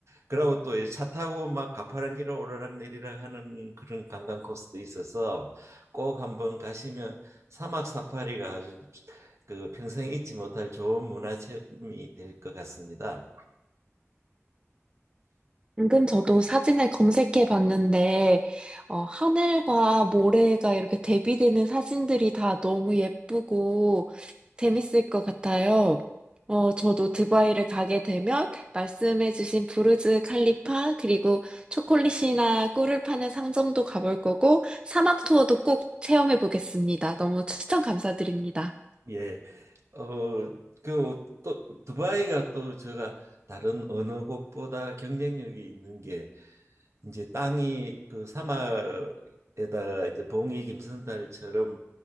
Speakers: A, on the right; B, on the right.
A: 그러고 또 차 타고 막 가파른 길을 오르락내리락 하는 그런 관광 코스도 있어서 꼭 한번 가시면 사막 사파리가 아주 그 평생 잊지 못할 좋은 문화 체험이 될 것 같습니다.
B: 방금 저도 사진을 검색해 봤는데, 어, 하늘과 모래가 이렇게 대비되는 사진들이 다 너무 예쁘고 재밌을 것 같아요. 어, 저도 두바이를 가게 되면 말씀해주신 부르즈 칼리파, 그리고 초콜릿이나 꿀을 파는 상점도 가볼 거고, 사막 투어도 꼭 체험해 보겠습니다. 너무 추천 감사드립니다.
A: 예. 어, 그 또 두바이가 또 제가 다른 어느 곳보다 경쟁력이 있는 게 이제 땅이 그 사막에다가 이제 봉이 김선달처럼